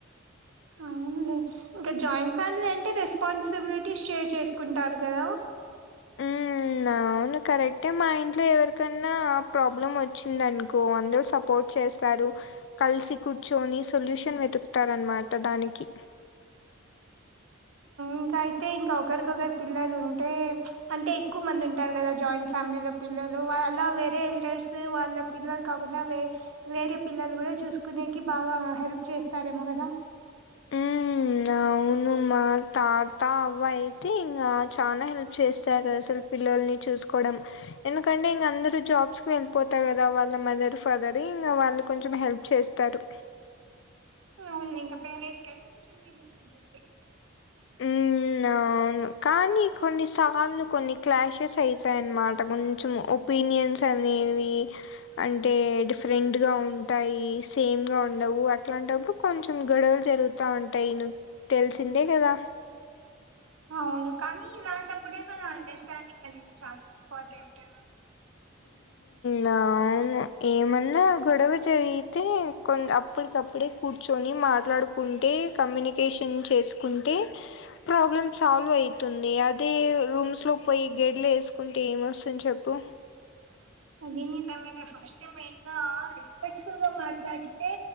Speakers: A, on the right; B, on the left.
A: అవునులే ఇంక జాయింట్ ఫ్యామిలీ అంటే రెస్పాన్సిబిలిటీస్ షేర్ చేసుకుంటారు కదా
B: హ్మ్ అవును కరెక్టే మా ఇంట్లో ఎవరికన్నా ప్రాబ్లమ్ వచ్చిందనుకో అందరు సపోర్ట్ చేస్తారు కల్సి కూర్చొని సొల్యూషన్ వెతుకుతారనమాట దానికి
A: ఇంక అయితే ఇంక ఒకరికొకరు పిల్లలు ఉంటే అంటే ఎక్కువ మంది ఉంటారు కదా జాయింట్ ఫ్యామిలీలోప్ పిల్లలు వా అలా వేరే ఎల్టర్స్ వాళ్ళ ప్ పిల్లలు కాకుండ వే వేరే పిల్లలు గుడా చూసుకునేకి బాగ హెల్ప్ చేస్తారేమో కదా
B: ఉమ్ అవు ను మా తాత అవ్వ అయితే ఇంగా చానా హెల్ప్ చేస్తారు అసలు పిల్లల్ని చూసుకోవడం ఎందుకంటే ఇంగ అందరూ జాబ్స్ కి వెల్పోతారు కదా వాళ్ళ మదర్, ఫదర్ ఇంగ వాళ్ళు కొంచెం హెల్ప్ చేస్ తరు
A: అవున్లే ఇంగ పేరెంట్స్ కయితే కొంచెం రిలీఫ్ ఉంటుంది
B: ఉమ్ అవున్ కాని కొన్ని సార్లు కొన్ని క్లాషెస్ అయితయన్నమాట కొంచెం ఒక్ పీనియన్స్ అనేవి అంటే డిఫరెంట్గ ఉంటాయి సేమ్గ ఉండవు అట్లాంటప్పుడు కొంచెం గొడవలు జరుగుత్ తా ఉంటాయి నుక్ తెలిసిందే కదా
A: అవును కానీ ఇలాంటప్పుడే మన అండర్స్టాండింగ్ అనేది చాలా ఇంపార్టెంట్
B: నవు ఏమన్నా గొడవ జరిగితే కొన్ అప్పటికప్పుడే కూర్చొని మాట్లాడుకు కుంటే కమ్యూనికేషన్ చేసుకుంటే ప్రాబ్లమ్ సాల్వ్ అయితుంది అదే రూమ్స్ లో పోయి గెడ్లు ఏసుకుంటే ఏం వస్తుంది చెప్పు
A: అది నిజమేలే ఫస్ట్ మెయిన్ గా స్పెక్ట్ఫుల్ గా మాట్లాడితే